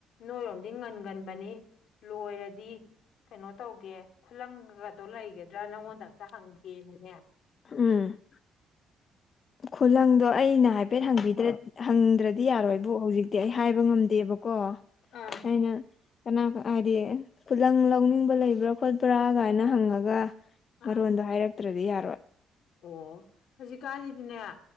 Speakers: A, on the left; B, on the left.
A: ꯅꯣꯏꯔꯣꯝꯗꯤ ꯉꯟꯒꯟꯕꯅꯤ ꯂꯣꯏꯔꯗꯤ__ ꯀꯩꯅꯣ ꯇꯧꯒꯦ ꯈꯨꯂꯪꯒꯗꯣ ꯂꯩꯒꯗ꯭ꯔꯥ ꯅꯪꯉꯣꯟꯗ ꯑꯝꯇ ꯍꯪꯒꯦꯅꯅꯦ__
B: ꯎꯝ꯫ ꯈꯨꯂꯪꯗꯣ ꯑꯩꯅ ꯍꯥꯏꯐꯦꯠ ꯍꯪꯕꯤꯗꯩꯔ ꯍꯪꯗ꯭ꯔꯗꯤ ꯌꯥꯔꯣꯏꯕꯨ ꯍꯧꯖꯤꯛ__ ꯇꯤ ꯑꯩ ꯍꯥꯏꯕ
A: ꯍꯣꯏꯅꯦ
B: ꯉꯝꯗꯦꯕꯀꯣ
A: ꯑꯥ
B: ꯑꯩꯅ__ ꯀꯅꯥ ꯍꯥꯏꯗꯤ ꯈꯨꯂꯪ ꯂꯧꯅꯤꯡꯕ ꯂꯩꯕ꯭ꯔꯥ__ ꯈꯣꯠꯄ꯭ꯔꯥꯒꯥꯏꯅ ꯍꯪꯉꯒ
A: ꯑꯥ
B: ꯃꯔꯣꯟꯗꯣ ꯍꯥꯏꯔꯛꯇ꯭ꯔꯗꯤ ꯌꯥꯔꯣꯏ꯫
A: ꯑꯣ ꯍꯧꯖꯤꯛꯀꯥꯟꯁꯤꯗꯤꯅꯦ ꯑ